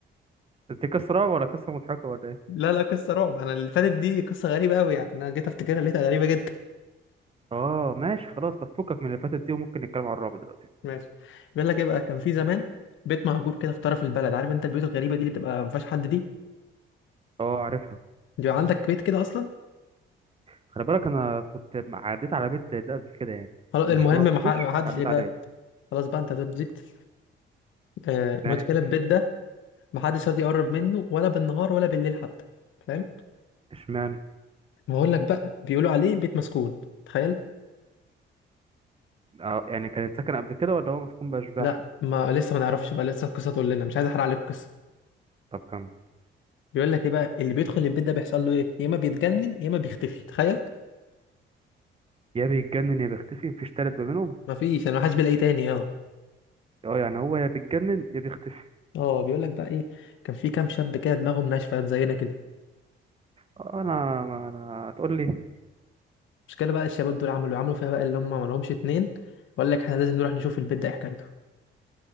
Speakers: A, on the right; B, on the left.
A: بس دي قصة رعب ولا قصة مضحكة ولا ايه
B: لا لا قصه رعب انا اللي فاتت دي قصه غريبه قوي يعني انا جيت افتكرها لقيتها غريبه جدا
A: اه ماشي خلاص طب فكك من اللي فاتت دي وممكن نتكلم على الرعب دلوقتي
B: ماشي بيقول لك ايه بقى كان في زمان بيت مهجور كده في طرف البلد عارف انت البيوت الغريبه دي اللي بتبقى ما فيهاش حد دي
A: اه عارفها
B: بيبقى عندك بيت كده اصلا
A: خلي بالك انا كنت م- عديت على بيت زي ده قبل كده يعني
B: خلاص المهم
A: مش ما
B: ما
A: رحتوش
B: ح- ما حدش
A: بس عديت
B: ايه بقى
A: عليه
B: خلاص بقى انت زبزت آه،
A: ماشي
B: المشكله البيت ده ما حدش راضي يقرب منه ولا بالنهار ولا بالليل حتى فاهم
A: اشمعنى
B: ما هقول لك بقى بيقولوا عليه بيت مسكون تخيل
A: اه يعني كان ساكن قبل كده ولا هو مسكون باشباح
B: لا ما لسه ما نعرفش بقى لسه القصه تقول لنا مش عايز احرق عليك القصه
A: طب كمل
B: بيقول لك ايه بقى اللي بيدخل البيت ده بيحصل له ايه يا اما بيتجنن يا اما بيختفي تخيل
A: يا بيتجنن يا بيختفي مفيش تالت ما بينهم
B: مفيش انا محدش بيلاقيه تاني اه
A: اه يعني هو يا بيتجنن يا بيختفي
B: اه بيقول لك بقى ايه كان في كام شاب كده دماغهم ناشفه زينا كده
A: اه انا ما انا هتقول لي
B: المشكله بقى الشباب دول عملوا عملوا فيها بقى اللي هم ما لهمش اتنين وقال لك احنا لازم نروح نشوف البيت ده ايه حكايته